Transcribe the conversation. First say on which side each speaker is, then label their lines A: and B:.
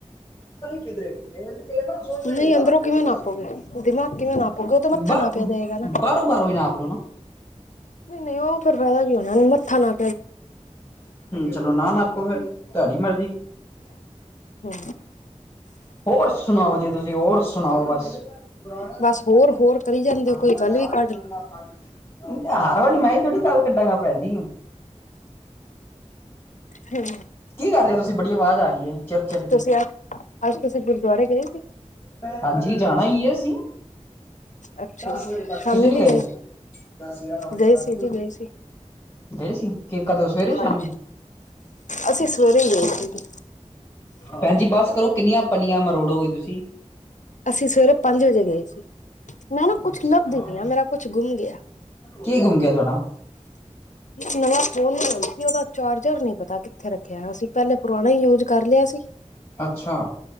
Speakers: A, on the left; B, on the left.
A: ਕਿਧਰੇ <unintelligible> ਨਾ ਸੋਨੂੰ
B: ਨਹੀਂ
A: ਭੇਜਦਾ
B: ਅੰਦਰੋਂ
A: ਸੋ
B: ਕਿਵੇਂ
A: ਜਾਸੀ
B: ਨਾਪੋਗੇ ਦਿਮਾਗ ਕਿਵੇਂ ਨਾਪੋਗੇ ਉਹ ਤਾਂ ਮੱਥਾ
A: ਬ
B: ਨਾਪਿਆ ਜਾਏਗਾ ਨਾ।
A: ਬਾਰੋ-ਬਾਰੋ ਈ ਨਾਪ ਲੋ ਨਾ।
B: ਨਹੀਂ-ਨਹੀਂ ਉਹ ਫੇਰ ਫਾਇਦਾ ਨੀ ਹੋਣਾ ਮੱਥਾ ਨਾ
A: ਚਲੋ ਨਾ ਨਾਪੋ ਫੇਰ ਤੁਹਾਡੀ ਮਰਜ਼ੀ।
B: ਹੂੰ।
A: ਹੋਰ ਸੁਣਾਓ ਜੀ ਤੁਸੀਂ, ਹੋਰ ਸੁਣਾਓ ਬਸ। ਪੁਰਾਣਾ <unintelligible>
B: ਬਸ ਹੋਰ ਹੋਰ ਕਰੀ ਜਾਂਦੇ
A: ਆ
B: ਹੋ ਕੋਈ ਗੱਲ
A: ਅਚਾਰ
B: ਵੀ ਕੱਢ
A: ਖਾਣ
B: ਲਓ
A: ਦਾ ਹਰ ਵਾਰ ਮੈਂ ਹੀ ਥੋੜੀ ਗੱਲ ਕੱਢਾਂਗਾ, ਭੈਜੀ।
B: ਹੂੰ।
A: ਕੀ ਕਰ ਰਹੇ ਹੋ ਤੁਸੀਂ, ਬੜੀ ਆਵਾਜ਼ ਆ ਰਹੀ ਐ ਚਿਰ-ਚਿਰ ਦੀ।
B: ਤੁਸੀਂ ਅੱਜ ਅੱਜ ਤੁਸੀਂ ਗੁਰਦੁਆਰੇ ਗਏ ਸੀ
A: ਹਾਂਜੀ ਜਾਣਾ ਈ ਏ ਅਸੀਂ।
B: ਅੱਛਾ
A: ਦਸ
B: ਜੀ
A: ਵਜੇ ਤੱਕ।
B: ਸ਼ਾਮੀ
A: ਤੁਸੀਂ ਨੀ
B: ਵੀ
A: ਗਏ?
B: ਸੀ?
A: ਦਸ ਗਿਆਰਾਂ ਵਜੇ
B: ਗਏ
A: ਤੱਕ।
B: ਸੀ ਜੀ ਗਏ ਸੀ
A: ਗਏ ਸੀ ਕਿ ਕਦੋਂ ਸਵੇਰੇ ਯ ਸ਼ਾਮੀ?
B: ਹਾਂਜੀ ਅਸੀਂ ਸਵੇਰੇ ਹੀ ਗਏ ਸੀਗੇ।
A: ਭੈਣਜੀ ਬਸ ਕਰੋ ਕਿੰਨੀਆਂ ਪੰਨੀਆਂ ਮਰੋੜੋਗੇ ਤੁਸੀਂ?
B: ਅਸੀਂ ਸਵੇਰੇ ਪੰਜ ਵਜੇ ਗਏ ਸੀ। ਮੈਂ ਨਾ ਕੁੱਛ
A: ਅੱਛਾ,
B: ਲੱਭਦੀ ਪਈ ਆ ਮੇਰਾ ਕੁੱਛ ਗੁੰਮ ਗਿਆ
A: ਕੀ ਗੁੰਮ ਗਿਆ ਤੁਹਾਡਾ?
B: ਇੱਕ ਨਵਾਂ ਫੋਨ ਲਿਆਏ ਸੀ ਉਹਦਾ ਚਾਰਜਰ ਨੀ ਪਤਾ ਕਿੱਥੇ ਰੱਖਿਆ ਅਸੀਂ। ਪਹਿਲੇ ਪੁਰਾਣਾ ਹੀ ਯੂਜ ਕਰ ਲਿਆ ਸੀ
A: ਅੱਛਾ